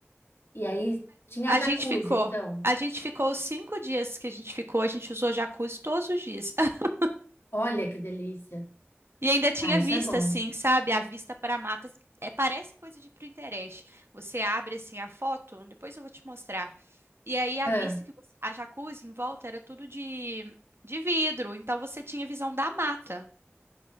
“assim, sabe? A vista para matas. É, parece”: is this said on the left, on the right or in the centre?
Right